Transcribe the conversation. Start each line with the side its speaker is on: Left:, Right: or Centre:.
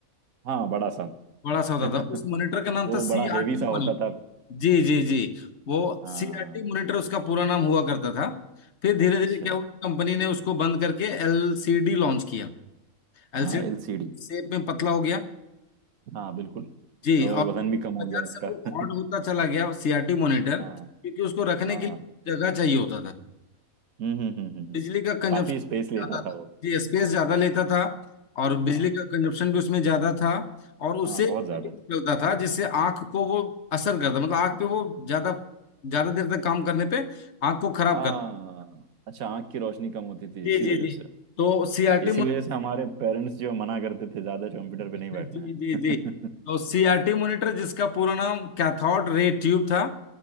Right: हाँ बड़ा सा
Left: बड़ा सा होता
Right: <laughs>
Left: था उस मॉनिटर का नाम
Right: वो
Left: था सी
Right: बड़ा हेवी
Left: आर टी
Right: सा
Left: मॉनिटर
Right: होता था
Left: जी जी जी वो
Right: हाँ
Left: सी आर टी मॉनिटर उसका पूरा नाम हुआ करता था फिर धीरे
Right: अच्छा
Left: धीरे क्या हुआ कंपनी ने उसको बंद करके एल सी डी लॉन्च किया एलसीडी
Right: हाँ एलसीडी
Left: शेप में पतला हो गया
Right: हाँ बिल्कुल
Left: जी
Right: और
Left: और
Right: वजन
Left: फिर
Right: भी कम हो
Left: बाजार
Right: गया उसका
Left: से वो
Right: <laughs>
Left: ऑड होता चला गया सीआरटी मॉनिटर
Right: हाँ
Left: क्योंकि उसको रखने
Right: हाँ
Left: के लिए जगह चाहिए होता था
Right: हम्म हम्म हम्म हम्म
Left: बिजली
Right: हम्म।
Left: का कंजप्शन
Right: काफी स्पेस लेता
Left: ज्यादा
Right: था
Left: था
Right: वो
Left: जी स्पेस ज्यादा लेता था और
Right: हाँ
Left: बिजली का कंजप्शन भी उसमें ज्यादा था और उससे
Right: हाँ बहुत ज्यादा
Left: चलता
Right: था
Left: था जिससे आंख को वो असर करता मतलब आंख पे वो ज्यादा ज्यादा देर तक काम करने पे आंख को खराब
Right: हाँ
Left: करता
Right: अच्छा आंख की रोशनी कम होती थी
Left: जी
Right: इसी
Left: जी
Right: वजह
Left: जी
Right: से
Left: तो सीआरटी
Right: इसी वजह से हमारे पेरेंट्स जो मना करते थे ज्यादा कंप्यूटर पे
Left: जी
Right: नहीं बैठना है
Left: जी जी तो सीआरटी मॉनिटर जिसका पूरा नाम कैथोड रे ट्यूब था